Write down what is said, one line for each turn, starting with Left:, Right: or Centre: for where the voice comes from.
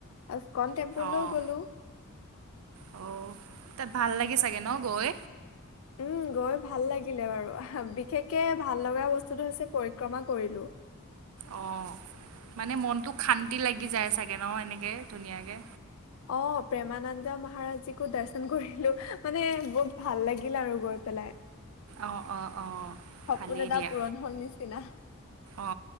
Left: অচকন টেম্পুলও
Right: অঁ
Left: গ'লো
Right: অ'। তাত ভাল লাগে চাগে ন গৈ
Left: উম গৈ ভাল লাগিলে বাৰু বিশেষকে ভাল লগা বস্তুটো হৈছে পৰিক্ৰমা কৰিলোঁ
Right: অ মানে মনটোক শান্তি লাগি যায় চাগে ন এনেকে ধুনীয়াকে
Left: অ প্ৰেমানন্দ মহাৰাজীকো দৰ্শন কৰিলোঁ মানে বহুত ভাল লাগিল আৰু গৈ পেলাই
Right: অ অ অ
Left: সপোন
Right: ভালেই
Left: এটা
Right: দিয়া
Left: পূৰণ হ'ল নিচিনা
Right: অ